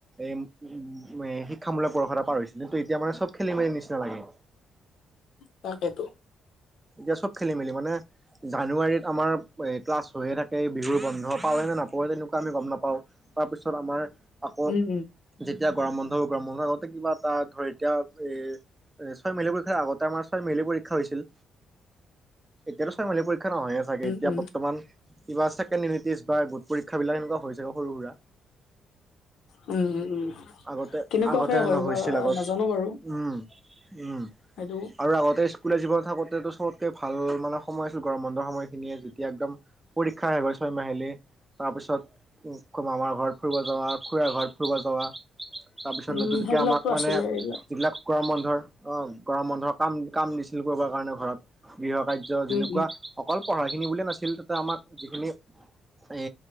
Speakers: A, on the right; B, on the left.
A: উ শিক্ষামূলক পৰস এটা পাৰ হৈছিলে কিন্তু এতিয়া মানে চব খেলিমেলি নিচিনা লাগে
B: তাকেইতো
A: এতিয়া চব খেলি মেলি মানে জানুৱাৰীত আমাৰ এই ক্লাছ হৈয়ে থাকে বিহুৰ বন্ধ পাওঁৱ নে নাপাওঁৱেই তেনেকুৱা আমি গম নাপাওঁ তাৰপিছত আমাৰ আকৌ
B: উম উম
A: যেতিয়া গৰম বন্ধ হ' গৰম বন্ধৰ আগতে কিবা এটা ধৰ এতিয়া এ এ ছয় মেলিলী পৰীক্ষাৰ আগতে আমাৰ ছয় মাহিলী পৰীক্ষা হৈছিল এতিয়াতো ছয়ইমাৰী পৰীক্ষা নহয়ে চাগে
B: উম
A: এতিয়া
B: উম
A: বৰ্তমান কিবা ছেকেণ্ড ইউটি গোট পৰীক্ষা শিক্ষাবিলাক এনেকুৱা হৈ যাগৈ সৰু সুৰা
B: উম উম উম
A: আগতে
B: কেনেকুৱাকে
A: আগতে
B: হয়
A: নহৈছিল
B: বা
A: আগত
B: নাজানো বাৰু
A: উম উম
B: সেইটো
A: আৰু আগতে স্কুলীয়া জীৱত থাকোঁটো চবতকে ভাল মানে সময় আছিল গৰম বন্ধৰ সময়খিনিয়ে যেতিয়া একদম পৰীক্ষা আহ গ'ল ছয় মাহিলী তাৰপিছত কয় মামাৰ ঘৰত ফুৰিব যাৱা খুৰাৰ ঘৰত ফুৰিব যোৱা তাৰপিছত
B: উম
A: নতুনকে
B: সেইবিলাকতো
A: আমাক মানে
B: আছিলে
A: যিবিলাক
B: এইবিলাক
A: গৰম বন্ধৰ অ গৰম বন্ধৰ কাম কাম দিছিল কৰিব কাৰণে ঘৰত গৃহ কাৰ্য
B: উম
A: যেনেকুৱা
B: উম
A: অকল পঢ়া খিনি বুলিয়ে নাছিল তাতে আমাক যিখিনি এ